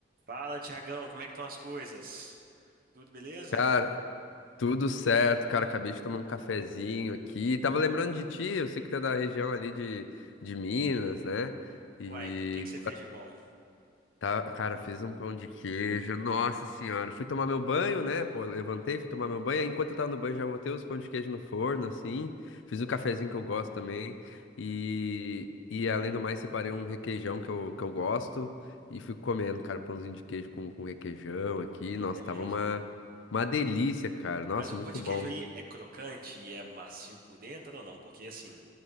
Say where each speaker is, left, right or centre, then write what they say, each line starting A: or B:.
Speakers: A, on the right; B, on the left.
A: Fala, Tiagão, como é que estão as coisas? Tudo beleza?
B: Cara, tudo certo, cara. Acabei de tomar um cafezinho aqui. Tava lembrando de ti, eu sei que tu é da região ali de, de Minas, né? E
A: Uai, o que que você fez de bom?
B: Tá, cara, fiz um pão de queijo. Nossa senhora. Fui tomar meu banho, né? Pô, levantei,
A: Hum,
B: fui tomar meu banho. aí Enquanto eu tava no banho, já botei os pão de queijo no forno, assim. Fiz o cafezinho que eu gosto também. E, e além do mais, separei um requeijão que eu, que eu gosto. E fui comendo, cara, pãozinho de queijo com, com requeijão aqui. Nossa,
A: é mesmo.
B: tava uma, uma delícia, cara. Nossa,
A: Mas o
B: muito
A: pão de
B: bom.
A: queijo aí é crocante e é macio por dentro ou não? Porque assim,